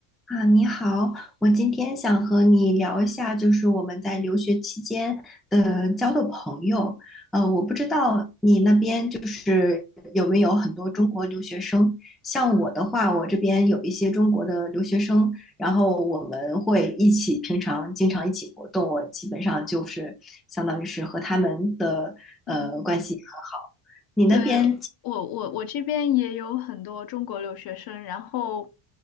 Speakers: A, in the centre; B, on the left.
A: 啊，你好，我今天想和你聊一下，就是我们在留学期间呃交的朋友。呃，我不知道你那边就是有没有很多中国留学生。像我的话，我这边有一些中国的留学生，然后我们会一起平常经常一起活动，我基本上就是相当于是和他们的呃关系很好。
B: 嗯，
A: 你那边？
B: 对，我我我这边也有很多中国留学生，然后